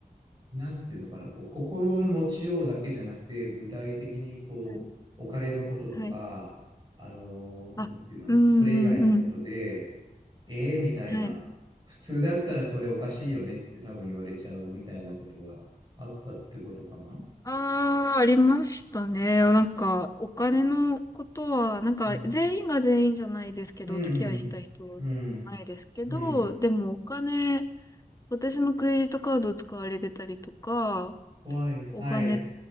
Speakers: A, on the right; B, on the left.
A: う、なんていうのかな、こう、心の持ちようだけじゃなくて、具体的にこう、
B: はい。
A: お金のこととか、
B: はい。
A: あのーなんていうの、
B: あ、うん、
A: それ以外のことで、
B: うん、うん。
A: ええみたいな、
B: はい。
A: 普通だったらそれおかしいよねって多分言われちゃうみたいなことがあったってことかな。
B: ああ、ありましたね。
A: なるほど。
B: なんか、お金のことは、なんか、
A: うん。
B: 全員が全員じゃないですけど、
A: うんうんうん。
B: お付き合いした人は全員じゃないですけど、
A: うん。うん。
B: でもお金、私のクレジットカード使われてたりとか、
A: 怖い。
B: お金
A: はい。